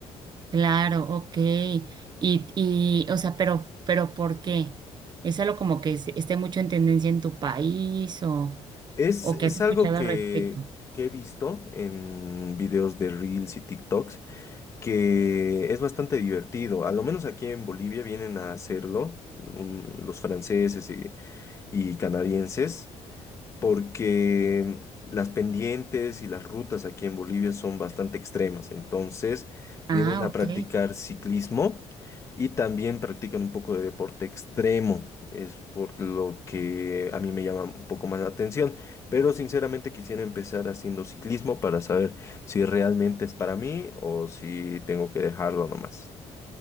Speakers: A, on the right; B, on the left.
A: Claro, ok. Y, y, o sea, pero, pero ¿por qué? ¿Es algo como que es- esté mucho en tendencia en tu país o,
B: Es,
A: o
B: es
A: que has escuchado
B: algo que,
A: al respecto?
B: que he visto en videos de Reels y TikToks, que es bastante divertido. A lo menos aquí en Bolivia vienen a hacerlo un- los franceses y, y canadienses porque las pendientes y las rutas aquí en Bolivia son bastante extremas. Entonces,
A: Ah,
B: vienen a
A: ok.
B: practicar ciclismo y también practican un poco de deporte extremo. Es por lo que a mí me llama un poco más la atención. Pero sinceramente quisiera empezar haciendo ciclismo para saber si realmente es para mí o si tengo que dejarlo nomás.